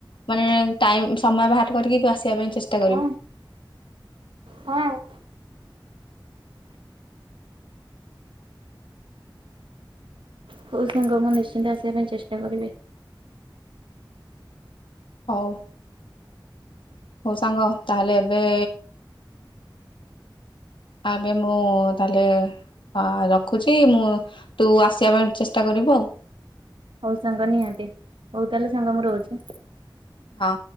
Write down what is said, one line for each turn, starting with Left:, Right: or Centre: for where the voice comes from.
Left: ମାନେ ଟାଇମ ସମୟ ବାହାର କରିକି ତୁ ଆସିବା ପାଇଁ ଚେଷ୍ଟା
Right: ହଁ
Left: କରିବୁ।
Right: ହଁ। ହଉ ସାଙ୍ଗ ମୁଁ ନିଶ୍ଚିନ୍ତ ଆସିବା ପାଇଁ ଚେଷ୍ଟା କରିବି।
Left: ହଉ ହଉ ସାଙ୍ଗ ତାହେଲେ ଏବେ ଆବେ ମୁଁ ତାହେଲେ ହଁ ରଖୁଚି ମୁଁ ତୁ ଆସିବା ପାଇଁ ଚେଷ୍ଟା କରିବୁ ଆଉ।
Right: ହଉ ସାଙ୍ଗ ନିହାତି ହଉ ତାହେଲେ ସାଙ୍ଗ ମୁଁ ରହୁଚି।
Left: ହଁ।